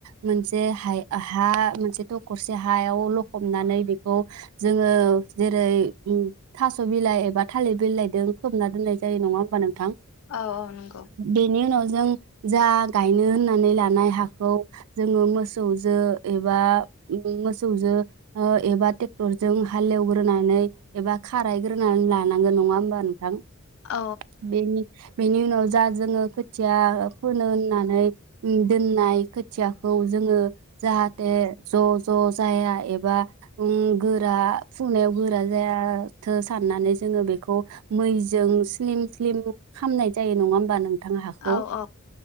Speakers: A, on the right; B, on the left.
A: मोनसे हा मोनसे थखरसे हायाव लखबनानै बेखौ जोङो जेरै थास बिलाइ एबा थालिर बिलाइदों होना दोननाय जायो नङा होमबा नोंथां
B: औ औ नंगौ
A: बेनि उनाव जों जा गायनो होननानै लानाय हाखौ जोङो मोसौजो एबा ओम मोसौजो एबा ट्रेक्टरजों हालेवग्रोनानै एबा खारायग्रोनानै लानांगोन नङा होमबा नोंथां बेनि
B: औ
A: बेनि उनाव जा जोङो खोथिया फोनो होननानै दोननाय खोथियाखौ जोङो जाहाथे ज' ज' जाया एबा उम गोरा फुनायाव गोरा जायाथो साननानै जोङो बेखौ मैजों स्लिम स्लिम खालामामनाय जायो नङा होमबा नों थां हाखौ
B: औ औ